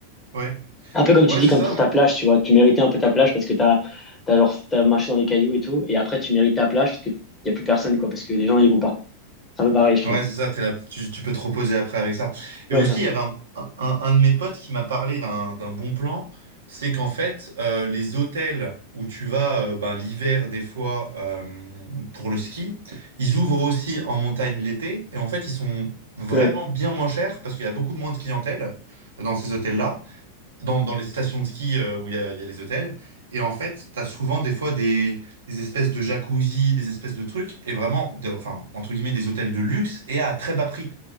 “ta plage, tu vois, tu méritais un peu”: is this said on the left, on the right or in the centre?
Left